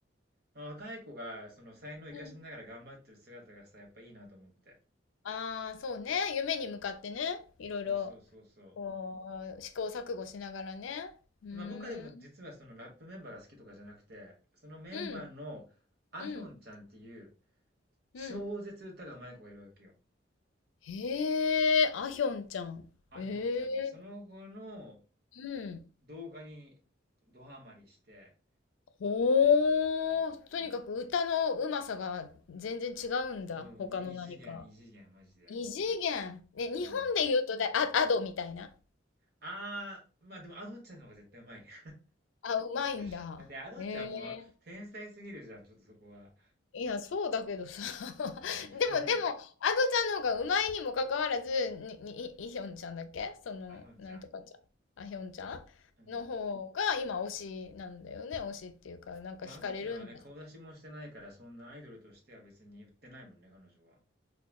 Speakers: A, on the right; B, on the left.
A: あ、若い子がその才能を生かしながら頑張ってる姿がさ、
B: うん。
A: やっぱいいなと思って。
B: ああ、そうね。夢に向かってね。いろいろ、
A: そうそうそうそう。
B: こう、試行錯誤しながらね。うーん。
A: で、まあ、僕はでも実はそのラップメンバーが好きとかじゃなくて、そのメンバーのアヒョンちゃんっていう
B: うん。うん。
A: 超絶歌が上手い子がいるわけよ。
B: うん。へえ、あひょんちゃん。
A: アヒョンちゃんっていう、
B: ええ、
A: その子の
B: うん。
A: 動画にドハマりして。
B: ほー。
A: うん。
B: とにかく歌のうまさが全然違うんだ。
A: もう、
B: 他の何か。
A: 異次元、異次元、マジで。
B: 異次元。ね、日本で言うとだ、
A: うん。
B: あ、アドみたいな。
A: ああ、まあでも、アドッチャの方が絶対うまいね。
B: あ、うまいんだ。
A: <laughs> だって、アドッチャもう、
B: ええ。
A: 天才すぎるじゃん、ちょっとそこは。
B: いや、そうだけどさ。<laughs>
A: うん。<laughs>
B: でもでも、アドちゃんの方がうまいにもかかわらず、に、に、イイヒョンちゃんだっけその、
A: あヒョンちゃん。
B: なんとかちゃん。あ、ヒョンちゃんの方が今推しなんだよね。
A: うん。うん。
B: 推しっていうか、なんか惹かれるんだ。
A: まあ、アドッチャはね、顔出しもしてないから、そんなアイドルとしては別に売ってないもんね、彼女は。